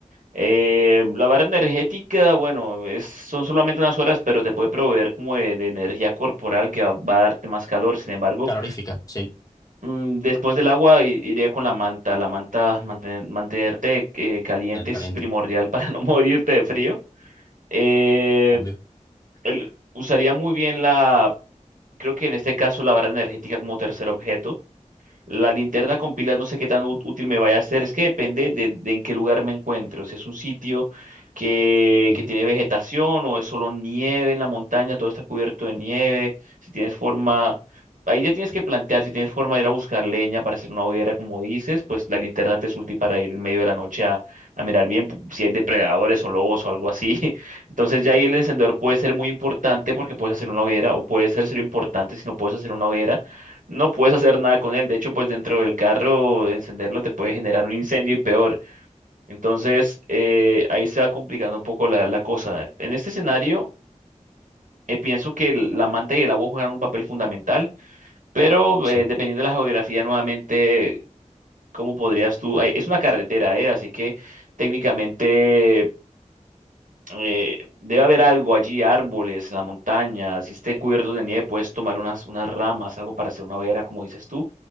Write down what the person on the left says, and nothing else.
Calorífica, sí,
del
caliente,
obvio.
Ujú.
Sí,